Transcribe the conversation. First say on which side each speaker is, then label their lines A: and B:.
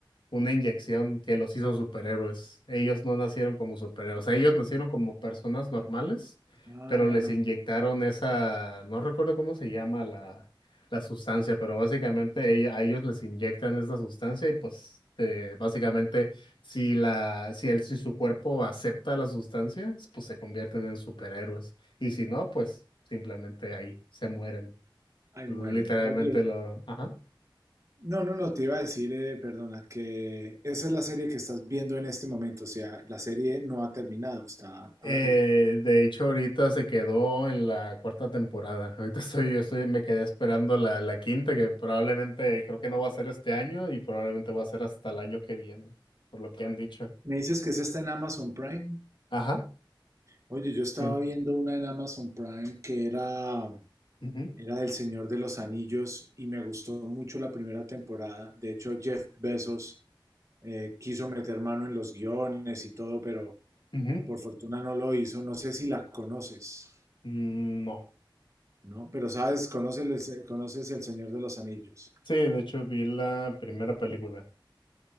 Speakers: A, on the left; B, on the right.
A: una inyección que los hizo superhéroes. Ellos no nacieron como superhéroes, ellos nacieron como personas normales,
B: Ah,
A: pero les inyectaron esa, no recuerdo cómo se llama la, la sustancia, pero básicamente ella- a ellos les inyectan esa sustancia y pues eh, básicamente si la, si el, si su cuerpo acepta la sustancia, pues se convierten en superhéroes. Y si no, pues simplemente ahí se mueren.
B: ahí
A: Literalmente
B: mueren. Oye,
A: lo, ajá.
B: no, no, no, te iba a decir, eh, perdona, que esa es la serie que estás viendo en este momento, o sea, la serie no ha terminado, está...
A: Eh,
B: ah, eh,
A: de hecho, ahorita se quedó en la cuarta temporada. Ahorita estoy, yo estoy, me quedé esperando la, la quinta, que probablemente creo que no va a ser este año y probablemente va a ser hasta el año que viene, por lo que han dicho.
B: Me dices que esa está en Amazon Prime.
A: Ajá,
B: Oye, yo estaba
A: sí.
B: viendo una en Amazon Prime que era...
A: Ujú,
B: era del Señor de los Anillos y me gustó mucho la primera temporada. De hecho, Jeff Bezos eh, quiso meter mano en los guiones y todo, pero
A: ujú.
B: por fortuna no lo hizo. No sé si la conoces,
A: Mm, No.
B: ¿no? Pero sabes, conoces, conoces El Señor de los Anillos.
A: Sí, de hecho vi la primera película.